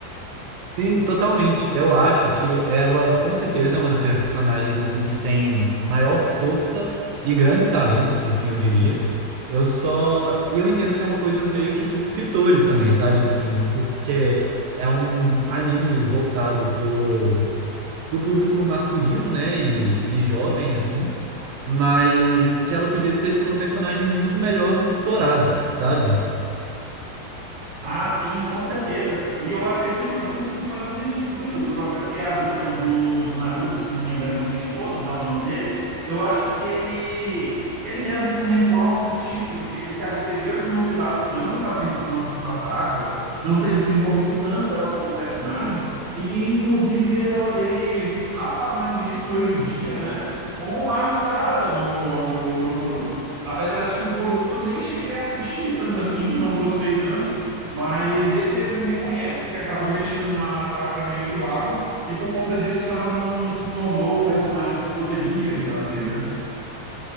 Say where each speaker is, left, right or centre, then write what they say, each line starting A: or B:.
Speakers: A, on the right (about 75°); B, on the right (about 50°).
A: Sim, totalmente. Eu acho que ela, com certeza, é uma das personagens assim que tem maior força e grandes talentos, assim, eu diria. Eu só, e eu entendo que é uma coisa meio que dos escritores também, sabe? Assim, porque é um anime voltado pro, pro público masculino, né? E, e jovem, assim, mas que ela podia ter sido uma personagem muito melhor explorada, sabe?
B: Ah, sim, com certeza. E eu acredito muito que foi um descuido do próprio criador, né, do, do Naruto, se não me engano, o Kishimoto, né, o nome dele. Eu acho que ele ele mesmo comentou algo do tipo de que ele se arrependeu de não ter dado tanta atenção assim para Sakura, não ter desenvolvido tanto ela como personagem, e que inclusive ela- ele tá fazendo isso hoje em dia, né, com a Sarada no, no, no Boruto. Apesar de que o Boruto eu nem cheguei a assistir tanto assim, não gostei tanto mas ele mesmo reconhece que acabou deixando a Sakura meio de lado e por conta disso ela não se tornou o personagem que poderia vir a ser, né?